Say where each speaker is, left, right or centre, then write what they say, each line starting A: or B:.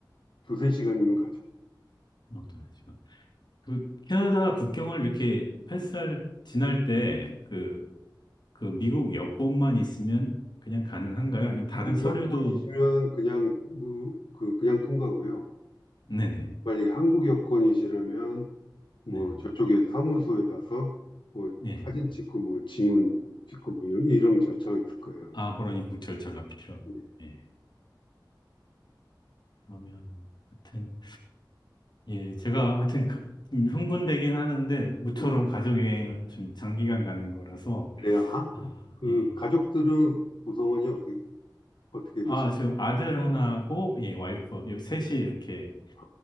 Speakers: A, on the left; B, on the left.
A: 두세 시간이면 가죠.
B: 어떤 시간. 그 캐나다 국경을 이렇게 패스할 지날 때 그
A: 예.
B: 그 미국 여권만 있으면 그냥 가능한가요? 아니면 다른
A: 미국
B: 서류도
A: 여권이시면 그냥 우- 그 그냥 통과고요.
B: 네네.
A: 만약에 한국 여권이시라면 뭐
B: 네네.
A: 저쪽에 사무소에 가서 뭐
B: 예.
A: 사진 찍고 뭐 지문 찍고 뭐 이런, 이런 절차가 있을 거예요 아마.
B: 아, 그러니 국 절차가 필요하고.
A: 예.
B: 예. 그러면 같은 예, 제가 하여튼 그- 좀 흥분되긴 하는데, 모처럼
A: 음,
B: 가족여행을 좀 장기간 가는 거라서,
A: 그래요. 한,
B: 아,
A: 그
B: 예.
A: 가족들은 구성원이 어떻게 어떻게
B: 아,
A: 되실까요?
B: 지금 아들 하나하고, 예, 와이프, 요 셋이 이렇게,
A: 아,